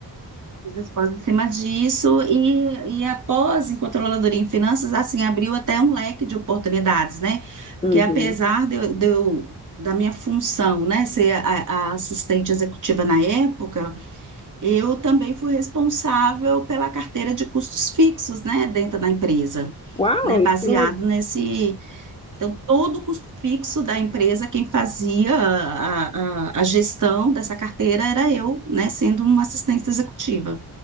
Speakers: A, on the right (about 55°); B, on the left (about 15°).
A: Fiz as pós em cima disso e, e a pós em controladoria em finanças, assim, abriu até um leque de oportunidades, né? Porque
B: Uhum.
A: apesar de eu, de eu- da minha função, né, ser a, a assistente executiva na época, Eu também fui responsável pela carteira de custos fixos, né, dentro da empresa,
B: Uau,
A: né, baseado
B: isso não...
A: nesse. Então, todo o custo fixo da empresa, quem fazia a, a, a gestão dessa carteira era eu, né, sendo uma assistente executiva.